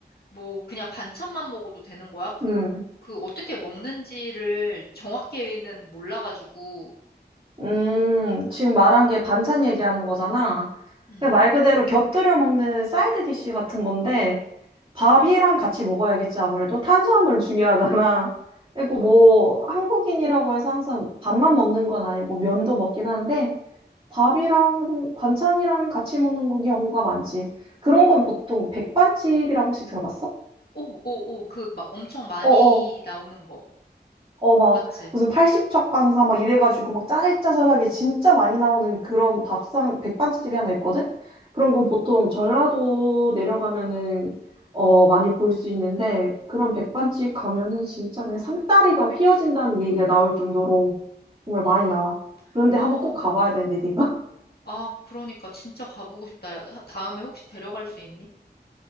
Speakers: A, on the left (about 65°); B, on the right (about 35°).
A: 뭐 그냥 반찬만 먹어도 되는 거야? 그,
B: 응.
A: 그 어떻게 먹는지를 정확히는 몰라가지고,
B: 음, 지금 말한 게 반찬 얘기하는 거잖아.
A: 음,
B: 그냥 말 그대로 곁들여 먹는 사이드 디쉬 같은 건데, 밥이랑 같이 먹어야겠지, 아무래도. 탄수화물 중요하잖아. <laughs> 그리고
A: 오,
B: 뭐, 한국인이라고 해서 항상 밥만 먹는 건 아니고, 면도 먹긴 하는데, 밥이랑 반찬이랑 같이 먹는 경우가 많지. 그런 건 보통 백반집이라고 혹시 들어봤어?
A: 오, 오, 오, 그 막 엄청 많이
B: 어어.
A: 나오는 거.
B: 어, 막,
A: 맞지?
B: 무슨 80척 반사 막 이래가지고 막 짜잘짜잘하게 진짜 많이 나오는 그런 밥상, 백반집이 하나 있거든? 그런 건 보통 전라도 내려가면은, 어, 많이 볼 수 있는데, 그런 백반집 가면은 진짜 그냥 상다리가 휘어진다는 얘기가 나올 정도로 정말 많이
A: 음,
B: 나와. 그런데
A: 아.
B: 한번 꼭 가봐야 되는데, 네가. <laughs>
A: 아, 그러니까 진짜 가보고 싶다. 야, 다음에 혹시 데려갈 수 있니?